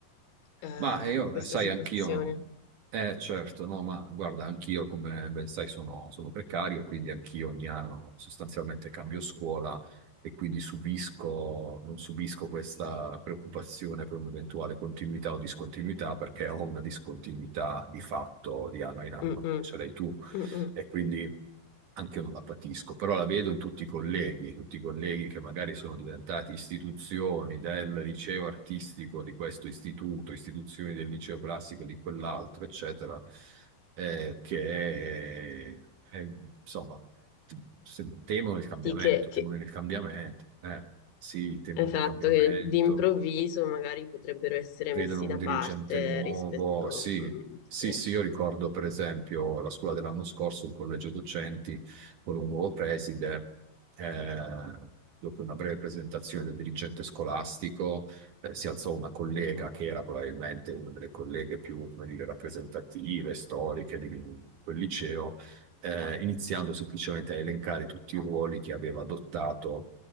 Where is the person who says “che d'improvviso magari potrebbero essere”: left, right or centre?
Left